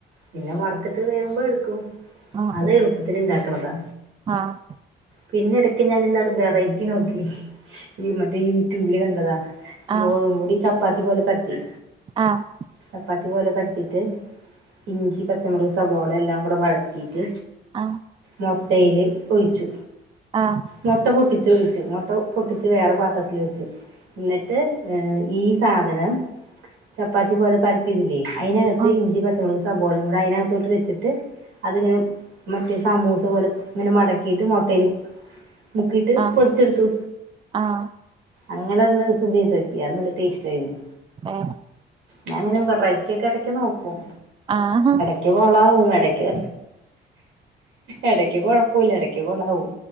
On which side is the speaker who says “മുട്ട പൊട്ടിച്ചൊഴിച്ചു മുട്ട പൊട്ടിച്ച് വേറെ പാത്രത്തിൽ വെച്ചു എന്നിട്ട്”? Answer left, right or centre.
Right